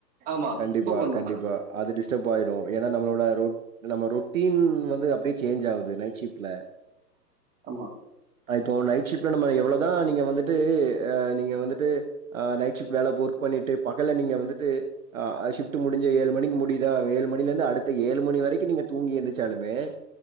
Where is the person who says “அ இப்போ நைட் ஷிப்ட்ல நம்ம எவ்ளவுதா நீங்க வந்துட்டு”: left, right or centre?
Right